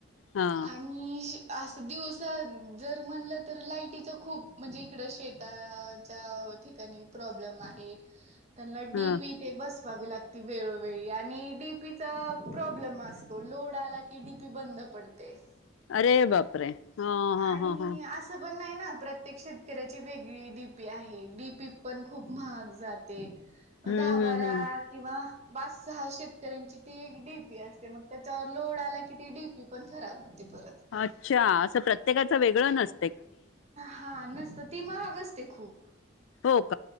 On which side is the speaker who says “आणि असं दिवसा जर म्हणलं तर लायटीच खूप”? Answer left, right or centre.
Right